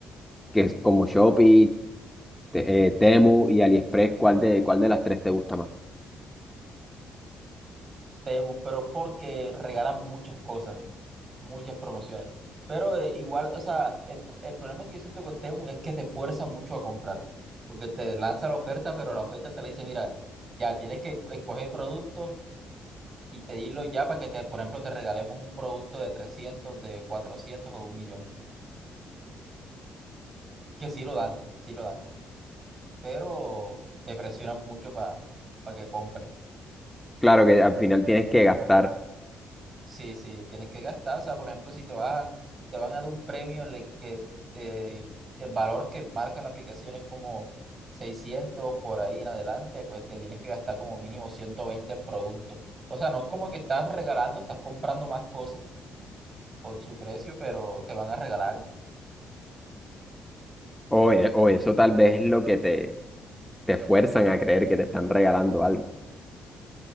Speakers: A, in the centre; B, on the right.
A: que es como Shopee, Te- eh, Temu y AliExpress, ¿cuál de, cuál de las tres te gusta más?
B: Temu, pero porque regalan muchas cosas, muchas promociones. Pero eh, igual, o sea, el, el problema que yo siento con Temu es que te fuerza mucho a comprar, porque te lanza la oferta, pero la oferta te la dice, mira, ya tienes que escoger productos y pedirlo ya para que, te, por ejemplo, te regalemos un producto de 300, de 400 o de un millón, que sí lo dan, sí lo dan, pero te presionan mucho para que compres.
A: Claro que al final tienes que gastar,
B: Sí, sí, tienes que gastar. O sea, por ejemplo, si te vas a- si te van a dar un premio en el que eh, el valor que marca la aplicación es como 600 por ahí en adelante, pues te tienes que gastar como mínimo 120 en productos. O sea, no es como que estás regalando, estás comprando más cosas por su precio, pero te van a regalar.
A: o, e- o eso tal vez es lo que te, te fuerzan a creer que te están regalando algo.